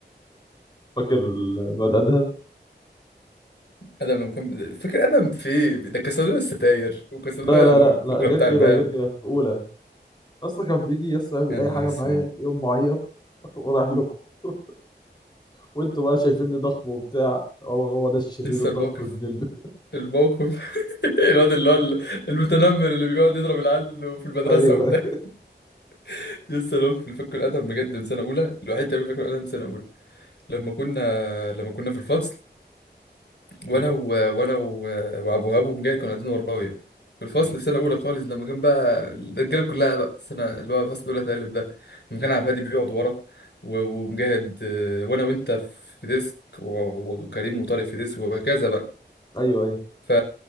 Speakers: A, on the left; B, on the left.
A: فاكر ال- الواد ادهم
B: ادم لما كان فاكر ادم في ايه ده كان صندوق الستاير وكان صندوق
A: لا لا
B: البكره
A: لا لا غير
B: بتاع
A: كده
B: الباب
A: غير كده في اولى اصلا كان بيجي يسطا يعمل
B: يا نهار
A: اي حاجه
B: اسود
A: معايا يوم معيط <laughs> ورايح لكم <laughs> وانتوا بقى شايفيني ضخم وبتاع هو هو ده الشرير
B: لسه
A: الضخم
B: الموقف
A: ابن ال...
B: الموقف <laughs> الواد اللي هو المتنمر اللي بيقعد يضرب العيال في المدرسه
A: <laughs> ايوه
B: وبتاع <laughs> لسه الموقف اللي فاكره الادم بجد من سنه اولى الوحيد تقريبا اللي فاكره الادم من سنه اولى لما كنا لما كنا في الفصل
A: مم.
B: وانا و... وانا و... وابو وهاب وهم جاي كانوا قاعدين ورايا في الفصل
A: مم.
B: في سنه اولى خالص لما كان بقى الرجاله كلها بقى السنه اللي هو فصل اولى ثالث ده لما كان عبد الهادي بيقعد ورا و... ومجاهد آه، وانا وانت في ديسك و... و- وكريم وطارق في ديسك وهكذا بقى
A: ايوه ايوه
B: ف...